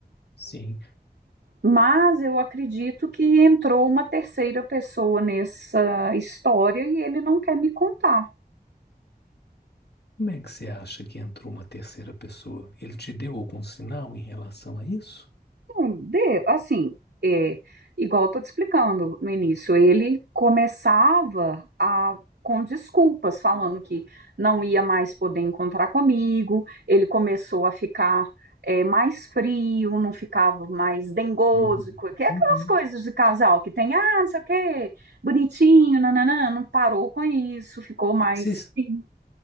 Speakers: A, on the left; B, on the right.
A: sim.
B: Mas eu acredito que entrou uma terceira pessoa nessa história e ele não quer me contar.
A: Como é que você acha que entrou uma terceira pessoa? Ele te deu algum sinal em relação a isso?
B: Não, de, assim, é, igual eu tô te explicando no início, ele começava a com desculpas, falando que não ia mais poder encontrar comigo, ele começou a ficar é, mais frio, não ficava mais dengoso,
A: Uhum,
B: co- que é aquelas
A: uhum.
B: coisas de casal que tem, ah, não sei o quê, bonitinho, nananã, não parou com isso, ficou mais
A: Vocês
B: frio.